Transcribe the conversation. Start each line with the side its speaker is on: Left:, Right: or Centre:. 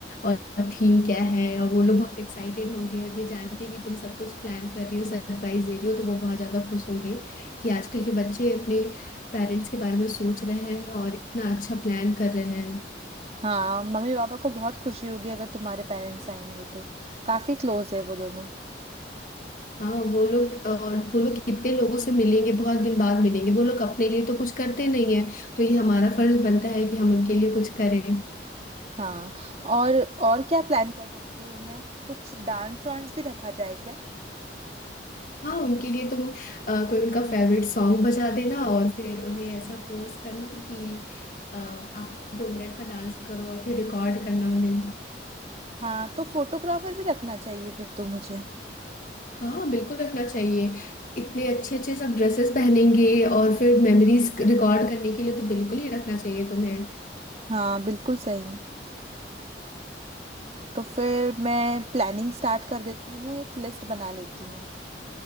Left: और थीम क्या है और वो लोग बहुत एक्साइटेड होंगे और ये जान के कि तुम सब कुछ प्लान कर रही हो सरप्राइज दे रही हो तो वो बहुत ज्यादा खुश होंगे कि आजकल के बच्चे अपने पेरेंट्स के बारे में सोच रहे हैं और इतना अच्छा प्लान कर रहे हैं
Right: हाँ मम्मी पापा को बहुत खुशी होगी अगर तुम्हारे पेरेंट्स आएंगे तो काफी क्लोज है वो दोनों
Left: हाँ वो लोग और वो लोग कितने लोगों से मिलेंगे बहुत दिन बाद मिलेंगे वो लोग अपने लिए तो कुछ करते नहीं है तो ये हमारा फर्ज बनता है कि हम उनके लिए कुछ करें
Right: हाँ और और क्या प्लान कर सकती हूँ मैं कुछ डांस वांस भी रखा जाए क्या
Left: हाँ उनके लिए तुम अ, कोई उनका फेवरेट सॉन्ग बजा देना और फिर उन्हें ऐसा फोर्स करना कि अ, आप दो मिनट का डांस करो और फिर रिकॉर्ड करना उन्हें
Right: हाँ तो फोटोग्राफर भी रखना चाहिए फिर तो मुझे
Left: हाँ बिल्कुल रखना चाहिए इतने अच्छे अच्छे सब ड्रेसेस पहनेंगे और फिर मेमोरीज रिकॉर्ड करने के लिए तो बिल्कुल ही रखना चाहिए तुम्हें
Right: हाँ बिल्कुल सही तो फिर मैं प्लानिंग स्टार्ट कर देती हूँ एक लिस्ट बना लेती हूँ